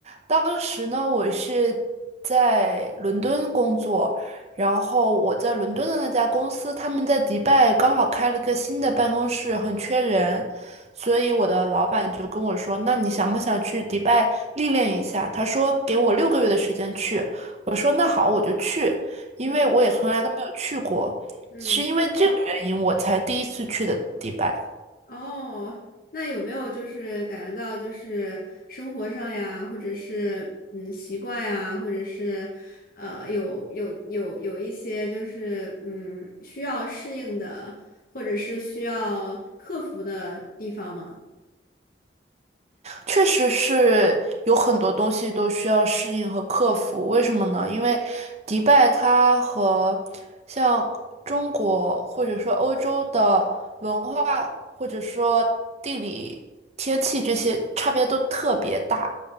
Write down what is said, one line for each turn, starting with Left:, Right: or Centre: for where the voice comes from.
Right: 当时呢，我是在伦敦工作，然后我在伦敦的那家公司，他们在迪拜刚好开了个新的办公室，很缺人，所以我的老板就跟我说：“那你想不想去迪拜历练一下？”他说给我六个月的时间去，我说那好，我就去，因为我也从来都没有去过。
Left: 嗯嗯。
Right: 是因为这个原因，我才第一次去的迪拜，
Left: 哦，那有没有就是感觉到就是生活上呀，或者是嗯习惯呀，或者是呃有有有有一些就是嗯需要适应的，或者是需要克服的地方吗？
Right: 确实是有很多东西都需要适应和克服。为什么呢？因为迪拜它和像中国或者说欧洲的文化或者说地理、天气这些差别都特别大，